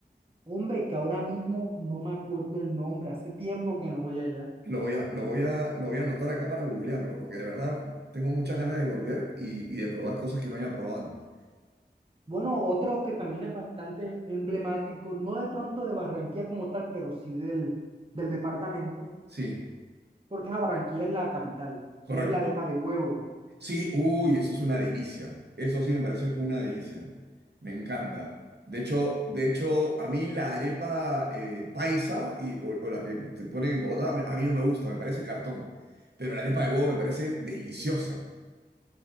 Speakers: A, on the right (about 30°); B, on the right (about 65°).
A: hombre, que ahora mismo no me acuerdo el nombre, hace tiempo que no voy allá.
B: Lo voy a, lo voy a, lo voy a anotar acá para googlearlo, porque de verdad tengo muchas ganas de volver y, y de probar cosas que no haya probado antes.
A: Bueno, otro que también es bastante emblemático, no de pronto de Barranquilla como tal, pero sí del, del departamento
B: Sí,
A: Porque a Barranquilla es la capital,
B: correcto.
A: es la arepa de huevo.
B: Sí, uy, eso es una delicia. Eso sí me parece una delicia. Me encanta. De hecho, de hecho, a mí la arepa eh, paisa y, o, o la que te ponen en Bogotá, me- a mí no me gusta, me parece cartón. Pero la arepa de huevo me parece deliciosa.